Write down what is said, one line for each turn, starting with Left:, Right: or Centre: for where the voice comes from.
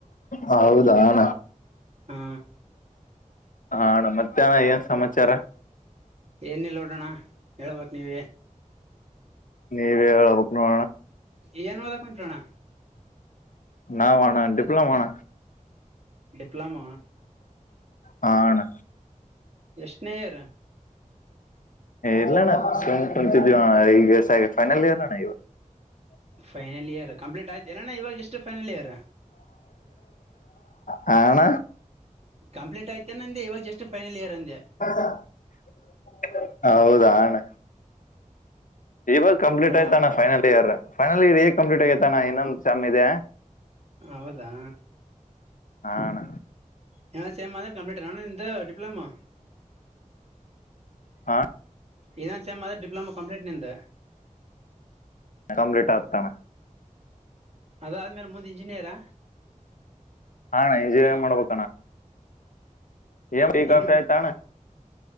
Left: ಹೌದಾನ
Right: ಹಾ
Left: ಹಾ ಅಣ್ಣ ಮತ್ತಾನ ಏನ್ ಸಮಾಚಾರ
Right: ಏನಿಲ್ಲ ನೋಡೋಣ್ಣ ಹೇಳ್ಬೇಕಕ್ ನೀವ
Left: ನೀವೇಕ್ಣ
Right: ಏನ್ ಓದಕ್ ಕುಂತ್ರೋಣ್ಣ
Left: ನಾವಣ್ಣ ಡಿಪ್ಲೊಮಣ್ಣ
Right: ಡಿಪ್ಲಮ
Left: ಹಾ ಅಣ್ಣ
Right: ಎಷ್ಟನೇರ್
Left: ಇಲ್ಲಣ್ಣ ಸುಮ್ ಕುಂತಿದೀವ ಈಗ ಫೈನಲ್ ಇರ್ಣ್ಣ ಇವ
Right: ಫನಲ್ ಇರ್ ಕಂಪ್ಲೀಟ್ ಆಯ್ತು ಎಲ್ಲಣ ಇವಾಗ ಎಷ್ಟ ೈನಲ್ ಇಯರ್
Left: ಹಾ ಅಣ್ಣ
Right: ಕಂಪ್ಲೀಟ್ ಆಯ್ತೇನ ಅಂದೆ ಇವಾಗ ಜಸ್ಟ್ ಫೈನಲ್ ಇಯರ್ ಅಂದೆ
Left: ಹ ಹೌದಾಣ್ಣ ಇವಾಗ ಕಂಪ್ಲೀಟ್
Right: ಅಲೋ
Left: ಆಯ್ತಾನ್ಣ ಫೈನಲ್ ಇಯರ್ ಫೈನಲ್ ಇಯರ್ ಈಗ ಕಂಪ್ಲೀಟ್ ಆಗೈತಾನ ಇನ್ನೊಂದು ಸಾಮ್ ಇದೆ
Right: ಹೌದಾ
Left: ಹಾ ಅಣ್ಣ
Right: ಇನ್ನೊಂದು ಸೇಮ ಆದ್ರ ಕಂಪ್ಲೂಟರಣ ಡಿಪ್ಲೊಮಾ
Left: ಹ
Right: ಇದಾ ಸೇಮ್ ಮಾತ್ರ ಡಿಪ್ಲೊಮಾ ಕಂಪ್ಲೀಟ್ ನಿಂತ
Left: ಕಂಪ್ಲೀಟ್ ಆಗ್ತಾನೆ
Right: ಅದಾದ್ಮೇಲೆ ಮುಂದ್ ಇಂಜಿನಿಯರಾ
Left: ಹಣ ಇಂಜಿನಿಯರಿಂಗ್ ಮಾಡಬೇಕಣ್ಣ ಎ ಈಫೆ
Right: ಎಲ್ಲಿ
Left: ತಾನ